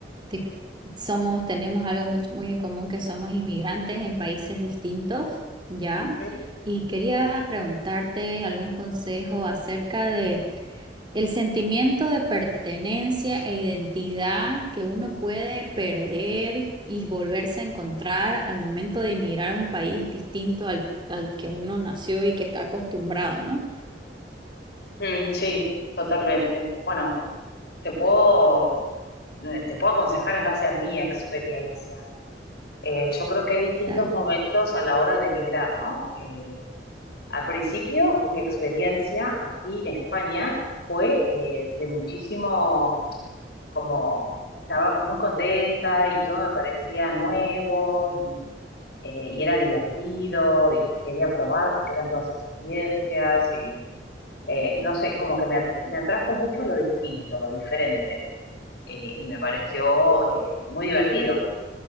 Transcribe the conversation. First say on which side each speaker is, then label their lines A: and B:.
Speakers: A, on the right; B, on the left.
A: Te- somos, tenemos algo muy, muy en común que somos inmigrantes en países distintos, ¿ya?
B: Ujú.
A: Y quería preguntarte algún consejo acerca de El sentimiento de pertenencia e identidad que uno puede perder y volverse a encontrar al momento de emigrar a un país distinto al, al que uno nació y que está acostumbrado, ¿no?
B: Mm, sí, totalmente. Bueno, te puedo, eh, te puedo aconsejar en base a mi experiencia. Eh, yo creo que hay distintos
A: Dale.
B: momentos a la hora de emigrar, ¿no? Eh, al principio, mi experiencia aquí en España fue eh, de muchísimo, como estaba muy contenta y todo me parecía nuevo y, eh, y era divertido y quería probar porque eran todas experiencias eh, no sé, como que me, at- me atrajo mucho lo distinto, lo diferente, eh, y me pareció eh, muy divertido.